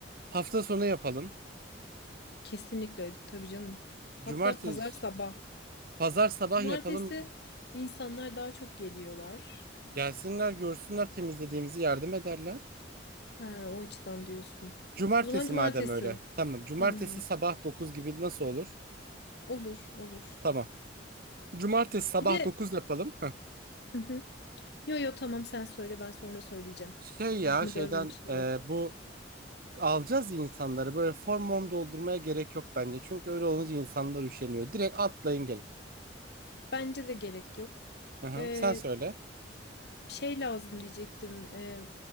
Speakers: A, on the right; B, on the left.
A: Hafta sonu yapalım.
B: Kesinlikle tabii canım. Hatta
A: Cumartesi,
B: pazar sabah.
A: pazar sabah
B: Cumartesi
A: yapalım.
B: insanlar daha çok geliyorlar.
A: Gelsinler görsünler temizlediğimizi yardım ederler.
B: Ha, o açıdan diyorsun.
A: Cumartesi
B: O zaman cumartesi.
A: madem öyle. Tamam. Cumartesi
B: Hmm,
A: sabah 9 gibi nasıl olur?
B: olur olur.
A: Tamam. Cumartesi sabah
B: Bir de
A: 9 yapalım. Heh.
B: Hı hı. yo yo tamam sen söyle ben sonra söyleyeceğim.
A: Şey ya
B: Lafını
A: şeyden
B: bölmeyeyim şimdi.
A: e, bu alacağız ya insanları böyle form form doldurmaya gerek yok bence. Çünkü öyle olunca insanlar üşeniyor. Direkt atlayın gelin.
B: Bence de gerek yok.
A: Hı hı.
B: Ee,
A: Sen söyle.
B: şey lazım diyecektim. Ee,